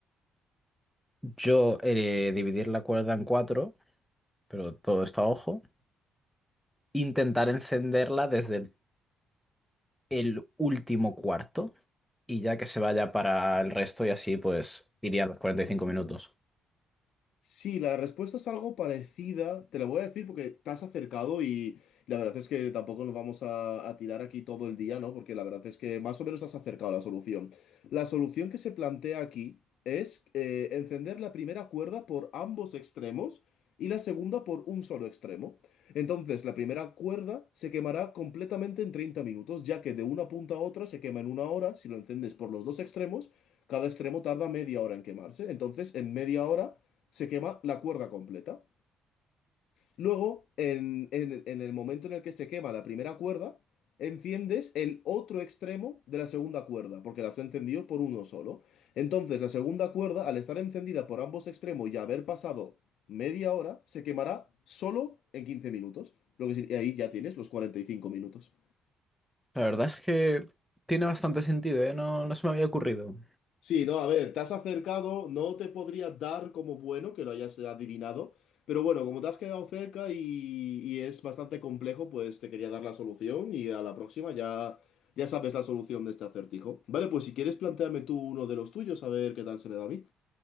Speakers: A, in the centre; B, on the left.
A: yo eh, dividir la cuerda en cuatro, pero todo está a ojo. intentar encenderla desde el el último cuarto y ya que se vaya para el resto y así pues iría a los 45 minutos.
B: Sí, la respuesta es algo parecida. Te la voy a decir porque te has acercado y la verdad es que tampoco nos vamos a, a tirar aquí todo el día, ¿no? Porque la verdad es que más o menos te has acercado a la solución. La solución que se plantea aquí es eh, encender la primera cuerda por ambos extremos y la segunda por un solo extremo. Entonces, la primera cuerda se quemará completamente en 30 minutos, ya que de una punta a otra se quema en una hora. Si lo encendes por los dos extremos, cada extremo tarda media hora en quemarse. Entonces, en media hora se quema la cuerda completa. Luego, en, en- en el momento en el que se quema la primera cuerda, enciendes el otro extremo de la segunda cuerda, porque las has encendido por uno solo. Entonces, la segunda cuerda, al estar encendida por ambos extremos y haber pasado media hora, se quemará solo en 15 minutos. Lo que, sí- y ahí ya tienes los 45 minutos.
A: La verdad es que tiene bastante sentido, ¿eh? No, no se me había ocurrido.
B: Sí, no, a ver, te has acercado, no te podría dar como bueno que lo hayas adivinado, pero bueno, como te has quedado cerca y, y es bastante complejo, pues te quería dar la solución y a la próxima ya, ya sabes la solución de este acertijo. Vale, pues si quieres, plantéame tú uno de los tuyos, a ver qué tal se me da a mí.